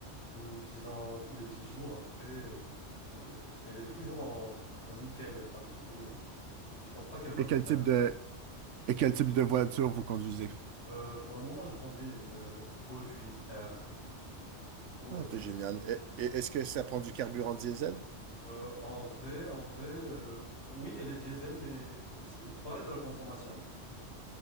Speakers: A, on the left; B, on the right.
A: tous, disons, tous les 10 jours. Après, euh, euh, elle est toujours en, en nickel état. Du coup, euh, je pense pas qu'elle va
B: Et
A: se
B: quel
A: plaindre.
B: type de, et quel type de voiture vous conduisez?
A: Euh, pour le moment, je conduis une euh, Golf 8R. Du coup,
B: Ah,
A: euh,
B: c'est génial.
A: euh,
B: Et- et- Est-ce que ça prend du carburant diesel?
A: euh, en vrai, en vrai, euh, oui, elle est diesel, mais euh, vous parlez de la consommation?